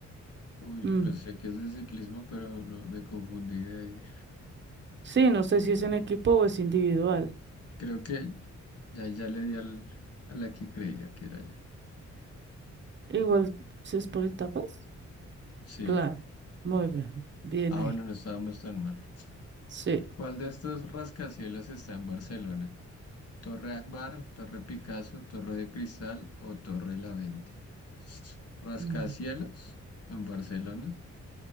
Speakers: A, on the left; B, on the right.
A: Uy,
B: Mm,
A: pensé que es de ciclismo, pero no me confundí de-
B: Sí, no sé si es en equipo o es individual.
A: Creo que ya, ya le di al, a la que creía que era yo.
B: Igual, si es por etapas.
A: Sí.
B: Claro, muy bien, bien
A: Ah,
B: ahí.
A: bueno, no estábamos tan mal.
B: Sí,
A: ¿Cuál de estos rascacielos está en Barcelona? ¿Torre Akbar, Torre Picasso, Torre de Cristal o Torre La Vente? ¿Rascacielos
B: mm,
A: en Barcelona?